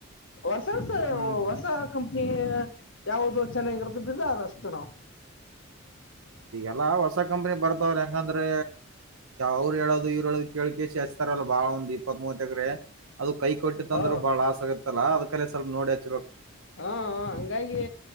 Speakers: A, on the left; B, on the right.
A: ವರ್ಷ ವರ್ಷ
B: ಹ್ಮ್
A: ಹೊಸ ಕಂಪನಿ. ಯಾವವು ಚೆನ್ನಾಗಿರದ ಅಲಾ ಅದನ್ನ ಹಚ್ಚೇತೇವಿ ನಾವು.
B: ಅಲ್ಲ ಹೊಸ ಕಂಪನಿ ಬರ್ತವ್ರ. ಹಾಂಗಂದ್ರೆ ಅವ್ರು ಹೇಳೋದು ಇವ್ರು ಹೇಳೋದು ಕೇಳ್ ಕಸಿ ಹಚ್ತಾರಲ್ಲ ಬಾಳ ಒಂದ್ ಇಪ್ಪತ್ ಮೂವತ್ ಎಕ್ರೆ. ಅದು ಕೈ ಕೊಟ್ಟಿತ
A: ಹ
B: ಅಂದ್ರೆ ಬಾಳ ಲಾಸ್ ಆಗತ್ತೆ. ಅಂತಾರಲ್ಲ ಅದ್ಕೇರ ಸ್ವಲ್ ನೋಡಿ ಹಚ್ಚಿ.
A: ಹಾ ಹಾ ಹಂಗಾಗಿ